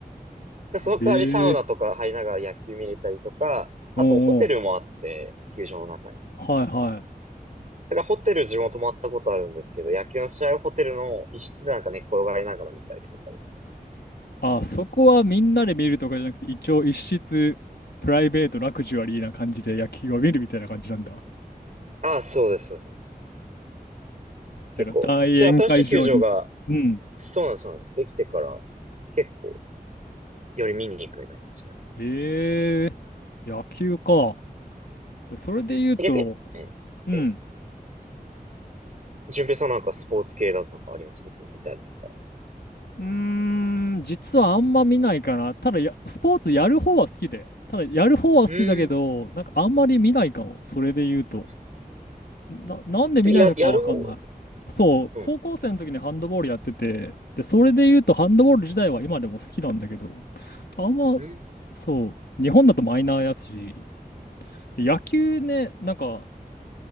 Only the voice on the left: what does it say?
ええ
おうおう。
はいはい。
あ、そこはみんなで見るとかじゃなくて、一応一室、プライベート、ラグジュアリーな感じで野球を見るみたいな感じなんだ。
なんか大宴会場に。
うん。
ええ野球か。でそれで言うと、
うん。
うーん、実はあんま見ないかな。ただや、スポーツやる方は好きだよ。ただ、やる方は好きだけど、
なんかあんまり見ないかも。それで言うと。
な、なんで見ないのかわかんない。
そう、
高校生の時にハンドボールやってて、で、それで言うとハンドボール自体は今でも好きなんだけど、あんま、
そう、日本だとマイナーやし、で野球ね、
なんか、